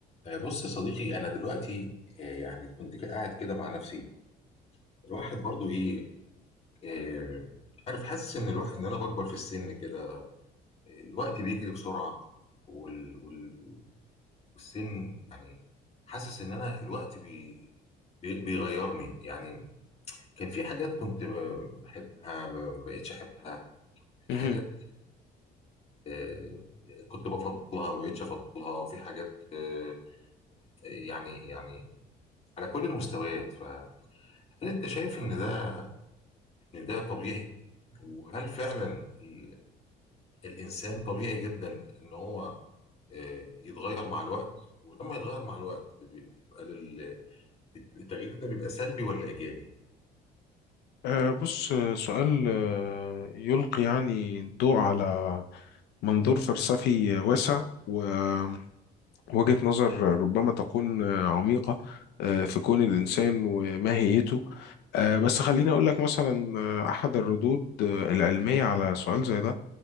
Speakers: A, on the left; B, on the left.
A: آه، بص يا صديقي انا دلوقتي آه، يعني كنت ك- قاعد كده مع نفسي الواحد برضو ايه آه، مش عارف حاسس ان الواحد ان انا بكبر في السن كده آه، الوقت بيجري بسرعه وال... وال... والسن يعني حاسس ان انا الوقت بي... بي... بيغيرني يعني كان في حاجات كنت ب- بحبها ما ما بقتش احبها في
B: مهم.
A: حاجات آه، كنت بفضلها ما بقتش افضلها في حاجات آه، يعني يعني على كل المستويات فهل انت شايف ان ده ان ده طبيعي وهل فعلا ال... الانسان طبيعي جدا ان هو آه، يتغير مع الوقت ولما يتغير مع الوقت بي- بيبقى لل... التغيير ده بيبقى سلبي ولا ايجابي
B: آه، بص آه، سؤال آه، يلقي يعني الضوء على منظور فلسفي واسع ووجهة نظر ربما تكون آه، عميقة آه، في كون الإنسان وماهيته آه، بس خليني أقول لك مثلا آه، أحد الردود آه، العلمية على سؤال زي ده